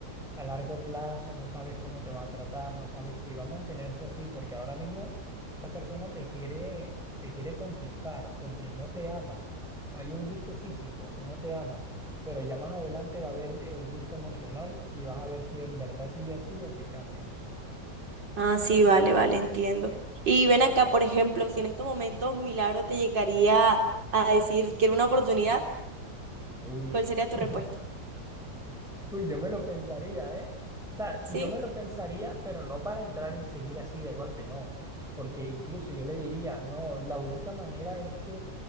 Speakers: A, in the centre; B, on the right (about 80°).
A: a largo plazo, no sabes cómo te va a tratar, no sabes si va a mantenerse así, porque ahora mismo esa persona te quiere, te quiere conquistar porque no te ama. Hay un gusto físico, no te ama, pero ya más adelante va a haber el gusto emocional y vas a ver si en verdad sigue así o si cambia.
B: Ah, sí, vale, vale, entiendo. Y ven acá, por ejemplo, si en estos momentos Milagro te llegaría a decir que era una oportunidad,
A: Uy,
B: ¿cuál sería tu
A: <laughs>
B: respuesta?
A: uy, yo me lo pensaría, ¿eh? O sea,
B: ¿Sí?
A: yo me lo pensaría, pero no para entrar enseguida así de golpe, no, porque incluso yo le diría, no, la única manera es que